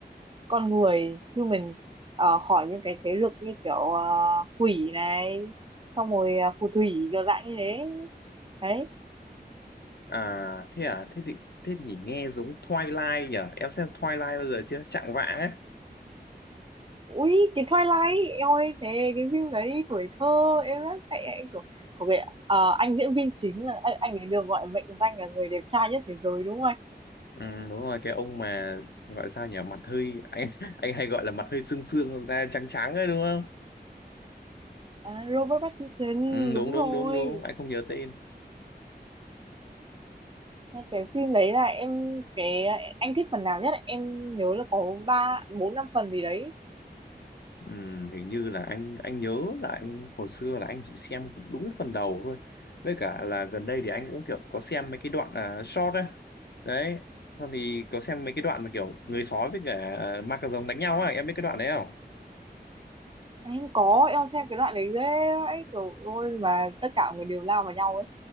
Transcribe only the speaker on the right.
con người như mình ờ, khỏi những cái thế lực như kiểu ờ, quỷ này xong rồi ờ, phù thủy kiểu dạng như thế đấy
ui cái Twilight em ơi thế cái phim đấy tuổi thơ em rất sẽ của, của cái ờ, anh diễn viên chính là anh, anh ấy được gọi mệnh danh là người đẹp trai nhất thế giới đúng không anh
à, Robert Pattinson
đúng
rồi
cái phim đấy là em cái anh thích phần nào nhất ạ? em nhớ là có ba bốn năm phần gì đấy
Anh có em xem cái đoạn đấy ghê ấy kiểu ôi mà tất cả mọi người đều lao vào nhau ấy